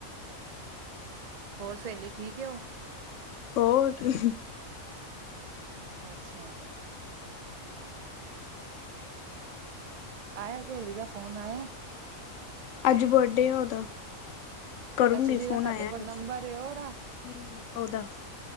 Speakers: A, on the right (about 55°); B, on the left (about 70°).
A: ਹੋਰ ਸਹੇਲੀ ਠੀਕ ਏ ਓ?
B: ਹੋਰ, ਠੀ
A: ਅੱਛਾ-ਅੱਛਾ। ਆਇਆ ਸਹੇਲੀ ਦਾ ਫੋਨ ਆਇਆ?
B: ਅੱਜ ਬਰਡੇ ਆ ਓਦਾ। ਕਰੂੰਗੀ
A: ਅੱਛਾ ਜਿਹਦਾ
B: ਫੋਨ।
A: ਸਾਡੇ
B: ਆਇਆ
A: ਕੋਲ
B: ਨੀ
A: ਨੰਬਰ
B: ਸੀ,
A: ਏ ਉਹਦਾ
B: ਹੂੰ, ਓਦਾ।